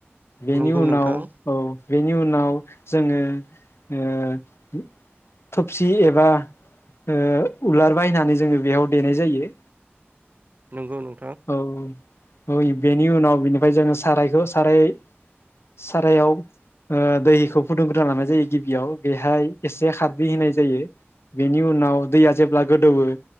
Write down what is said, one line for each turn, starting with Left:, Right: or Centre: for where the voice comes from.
Left: बेनि
Right: नंगौ
Left: उनाव
Right: नोंथां
Left: औ बेनि उनाव जोङो ओ थबसि एबा ओ उलार बायनानै जोङो बेयाव देनाय जायो
Right: नंगौ नों
Left: औ ओइ बेनि उनाव बेनिफ्राय जोङो सारायखौ साराय सारायाव ओ दैखौ फुदुंग्रोना लानाय जायो गिबियाव बेहाय एसे खारदै होनाय जायो बेनि उनाव दैया जेब्ला गोदौवो